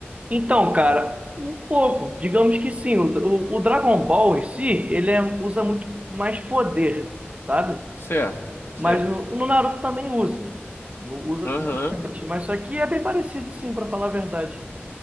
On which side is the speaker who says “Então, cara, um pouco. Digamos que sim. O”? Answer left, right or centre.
Right